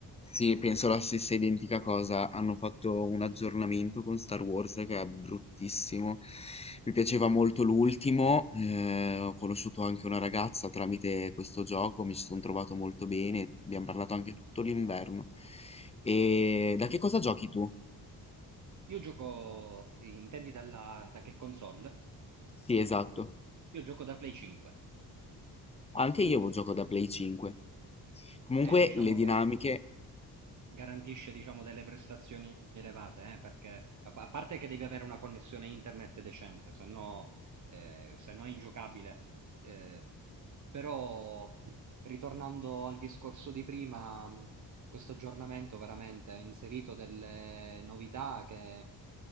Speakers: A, on the left; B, on the right.
A: sì, penso la stessa identica cosa. Hanno fatto un aggiornamento con Star Wars che è bruttissimo. Mi piaceva molto l'ultimo. eh, ho conosciuto anche una ragazza tramite questo gioco, mi ci sono trovato molto bene. Abbiamo parlato anche tutto l'inverno. E da che cosa giochi tu?
B: Io gioco, intendi dalla, da che console?
A: Sì, esatto.
B: Io gioco da Play 5.
A: Anche
B: Tu?
A: io gioco da Play 5. Comunque
B: Eh, diciamo
A: le dinamiche
B: che... garantisce diciamo delle prestazioni elevate, eh, perché a a parte che devi avere una connessione internet decente, se no, eh, se no è ingiocabile. Eh, però, ritornando al discorso di prima, mh, questo aggiornamento veramente ha inserito delle novità che